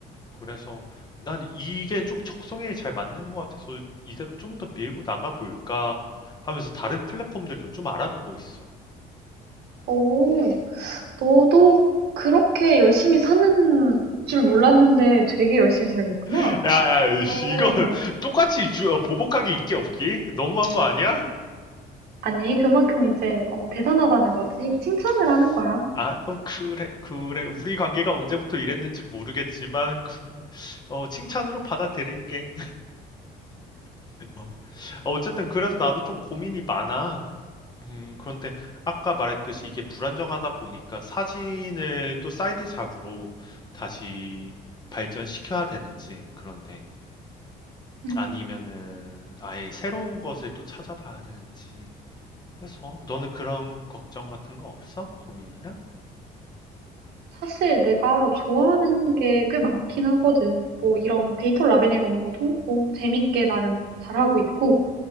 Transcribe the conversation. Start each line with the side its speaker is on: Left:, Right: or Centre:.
Left: 그래서 난 이게 좀 적성에 잘 맞는 것 같아서 이대로 좀 더 밀고 나가 볼까 하면서 다른 플랫폼들도 좀 알아보고 있어.
Right: 오. 너도 그렇게 열심히 사는 줄 몰랐는데 되게 열심히 살고 있구나.
Left: <laughs> 야, 야, 씨,
Right: 어,
Left: 이거 <laughs> 똑같이 주- 어, 보복하기 있기 없기? 너무한 거 아니야?
Right: 아니, 그만큼 이제 어, 대단하다는 거지.
Left: 음.
Right: 칭찬을 하는 거야.
Left: 아, 어, 그래, 그래. 우리 관계가 언제부터 이랬는지 모르겠지만, 그, 어, 칭찬으로 받아들일게. <laughs> 어, 어쨌든 그래서 나도 좀 고민이 많아. 음, 그런데 아까 말했듯이 이게 불안정하다 보니까 사진을 또 사이드 잡으로 다시 발전시켜야 되는지, 그런데
Right: 음,
Left: 아니면은 아예 새로운 것을 또 찾아봐야 되는지 해서 너는 그런 걱정 같은 거 없어? 고민이나?
Right: 사실 내가 좋아하는 게 꽤 많긴 하거든. 뭐
Left: 음,
Right: 이런 데이터 라벨링 업무도 뭐 재밌게 나름 잘하고 있고,